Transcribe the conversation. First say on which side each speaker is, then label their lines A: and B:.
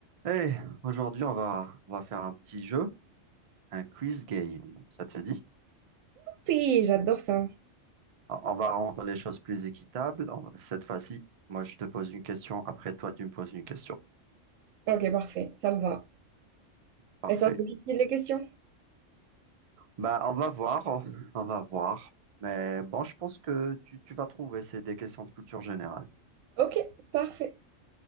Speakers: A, on the right; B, on the right.
A: Hey, aujourd'hui, on va, on va faire un petit jeu, un quiz game, ça te dit?
B: Oui, j'adore ça.
A: On on va rendre les choses plus équitables. On- Cette fois-ci, moi, je te pose une question, après toi, tu me poses une question.
B: Ok, parfait, ça me va.
A: Parfait.
B: Elles sont difficiles les questions?
A: Bah, on va voir, on on va voir. Mais bon, je pense que tu, tu vas trouver, c'est des questions de culture générale.
B: Ok, parfait.